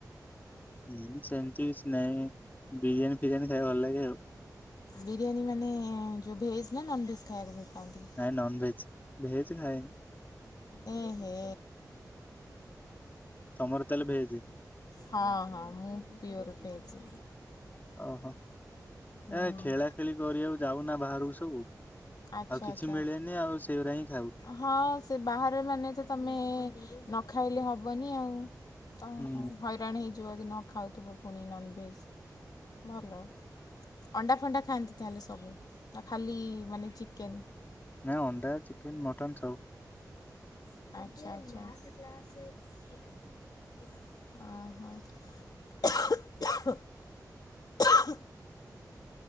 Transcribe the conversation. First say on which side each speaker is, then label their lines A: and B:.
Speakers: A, on the left; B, on the left.
A: ହୁଁ ସେମିତି କିଛି ନହିଁ ବିରିୟାନୀ ଫିରିୟାନୀ ଖାଇବା ଭଲ ଲାଗେ ଆଉ।
B: ବିରିୟାନୀ ମାନେ ଯୋଉ ଭେଜ ନା ନନ ଭେଜ ଖାଇବାକୁ ଭଲ ପାଆନ୍ତି?
A: ନାଇଁ ନନ ଭେଜ ଭେଜ ଖାଏ
B: ଏହେ
A: ତମର ତାହେଲେ ଭେଜ
B: ହଁ ହଁ ମୁଁ ପିଓର ଭେଜ୍
A: ଓହୋ
B: ହୁଁ
A: ଏ ଖେଳା ଖେଳି କରିବାକୁ ଯାଉନା ବାହାରକୁ ସବୁ
B: ଆଚ୍ଛା
A: ଆଉ କିଛି
B: ଆଚ୍ଛା
A: ମିଳେନି ଆଉ ସେଗୁାରି ହିଁ ଖାଉ।
B: ହଁ ସେ ବାହାରେ ମାନେ ତ ତମେ ନ ଖାଇଲେ ହବନି ଆଉ ତ
A: ହୁଁ
B: ହଇରାଣ ହେଇଯିବ ଯଦି ନ ଖାଉଥିବ ପୁଣି ନନଭେଜ୍ ଭଲ ଅଣ୍ଡା ଫଣ୍ଡା ଖାଆନ୍ତି ତାହେଲେ ସବୁ ନା ଖାଲି ମାନେ ଚିକେନ୍
A: ନାଁ ଅଣ୍ଡା ଚିକେନ ମଟନ ସବୁ
B: ଆଛା ଆଛା। ଓ ହୋ।